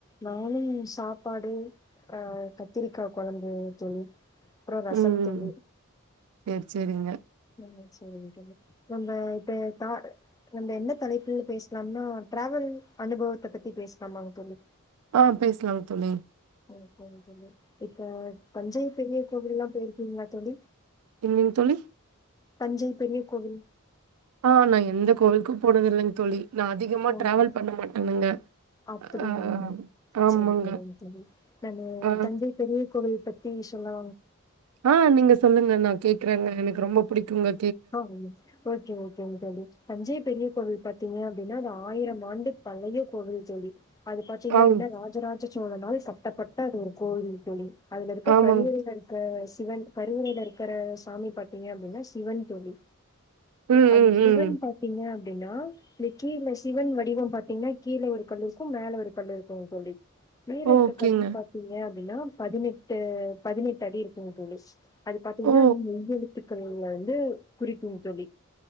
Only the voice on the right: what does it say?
உம்
சேர் சேரிங்க
ஆஹ் பேசலாம்ங் தோழி
என்னங்க தோழி
ஆஹ் நா எந்த கோவிலுக்கும் போறதில்லைங் தோழி நா அதிகமா
டிராவல்
பண்ண மாட்டேனுங்க
ஆ ஆமாங்க
ஆ.
ஆஹ நீங்க சொல்லுங்க நா கேக்குறங்க எனக்கு ரொம்ப புடிக்குங்க
ஆங்
ஆமாங்.
ம்,
ம்,
ம்.
ஓகேங்க.
ஓ!